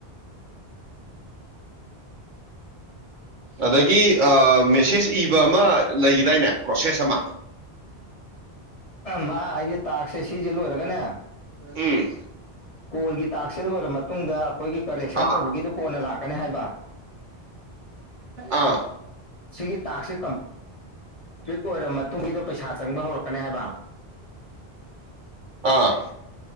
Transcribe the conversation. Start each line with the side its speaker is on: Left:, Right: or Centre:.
Right: ꯑꯗꯒꯤ ꯃꯦꯁꯦꯁ ꯏꯕ ꯑꯃ ꯂꯩꯈꯤꯗꯥꯏꯅꯦ ꯄ꯭ꯔꯣꯁꯦꯁꯃ
Left: ꯃꯥ ꯍꯥꯏꯁꯦ ꯇꯥꯛꯁꯦ ꯁꯤꯁꯦ ꯂꯣꯏꯔꯒꯅꯦ
Right: ꯎꯝ
Left: ꯀꯣꯜꯒꯤ ꯇꯥꯛꯁꯦ ꯂꯣꯏꯔꯕ ꯃꯇꯨꯡꯗ ꯑꯩꯈꯣꯏꯒꯤ ꯀꯔꯦꯛꯁꯟ
Right: ꯑꯥ
Left: ꯇꯧꯕꯒꯤꯗꯨ ꯀꯣꯟꯅ ꯂꯥꯛꯀꯦ ꯀꯅꯤ ꯍꯥꯏꯕ
Right: ꯑꯥ
Left: ꯁꯤꯒꯤ ꯇꯥꯛꯁꯦ ꯀ ꯐ꯭ꯛ ꯑꯣꯏꯔꯕ ꯃꯇꯨꯡꯒꯤꯗꯣ ꯄꯩꯁꯥ ꯆꯪꯕ ꯍꯧꯔꯛꯀꯅꯤ ꯍꯥꯏꯕ
Right: ꯑꯥ